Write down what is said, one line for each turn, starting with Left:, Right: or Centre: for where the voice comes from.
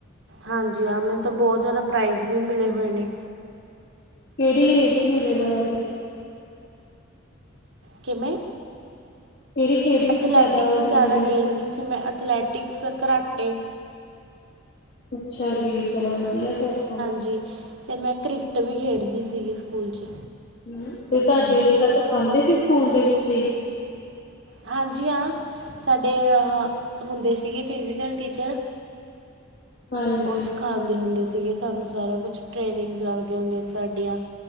Right: ਹਾਂਜੀ ਹਾਂ ਮੈਨੂੰ ਤਾਂ ਬੌਤ ਜਾਦਾ ਪ੍ਰਾਈਜ਼ ਵੀ ਮਿਲੇ ਹੋਏ ਨੇ।
Left: ਕਿਹੜੀ ਰੇਟ ਚ ਮਿਲੇ ਜਾਦਾ ਪ
Right: ਕਿਵੇਂ
Left: ਕਿਹੜੀ ਖੇਡ ਵਿੱਚ
Right: ਅਥਲੈਟਿਕਸ
Left: ਜ਼ਿਆਦਾ ਮਿਲੇ
Right: ਜਾਦਾ ਖੇਡਦੀ ਸੀ ਮੈਂ ਅਥਲੈਟ ਟਿਕਸ, ਕਰਾਟੇ।
Left: ਅੱਛਾ ਜੀ ਚਲੋ ਵਧੀਆ ਫੇਰ ਤੋ।
Right: ਜੀ ਤੇ ਮੈਂ ਕ੍ਰਿਕਟ ਵੀ ਖੇਡਦੀ ਸੀਗੀ ਸਕੂਲ ਚ।
Left: ਹ ਤੇ ਤੁਡੇ ਜਿੱਦਾਂ ਸਿਖਾਂਦੇ ਸੀ ਸਕੂਲ ਦੇ ਵਿਚੇ ਹੀ।
Right: ਹਾਂਜੀ ਹਾਂ ਸਾਡੇ ਹੁੰਦੇ ਸੀਗੇ ਫਿਜ਼ਕਲ ਟੀਚਰ।
Left: ਹਾਂਜੀ
Right: ਉਸ ਖਾਂਦੇ ਹੁੰਦੇ ਸੀਗੇ ਸਾਨੂੰ ਸਾਰਾ ਕੁਛ ਟ੍ਰੇਨਿੰਗ ਲੱਗਦੇ ਹੁੰਦੇ ਸਾਡੀਆ